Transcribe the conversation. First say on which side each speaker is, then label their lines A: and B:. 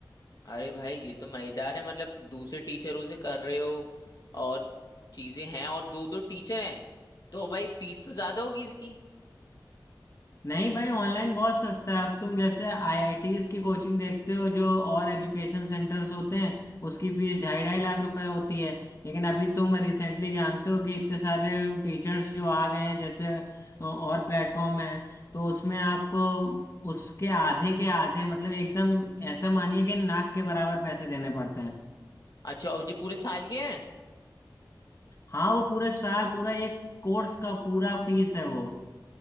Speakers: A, on the left; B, on the left.
A: अरे भाई ये तो मजेदार है मतलब दूसरे टीचरों से कर रहे हो और चीजें हैं और दो दो टीचर हैं तो भाई फीस तो ज्यादा होगी इसकी
B: नहीं भाई ऑनलाइन बहुत सस्ता है अब तुम जैसे आईआईटीज की कोचिंग देखते हो जो और एजुकेशन सेंटर्स होते हैं उसकी फीस ढाई ढाई लाख रुपए होती है लेकिन अभी तुम रिसेंटली जानते हो कि इतने सारे टीचर्स जो आ गए हैं जैसे अ, और प्लेटफॉर्म है तो उसमें आपको उसके आधे के आधे मतलब एकदम ऐसा मानिए कि नाक के बराबर पैसे देने पड़ते हैं
A: अच्छा और ये पूरे साल के हैं
B: हाँ वो पूरे साल पूरा एक कोर्स का पूरा फीस है वो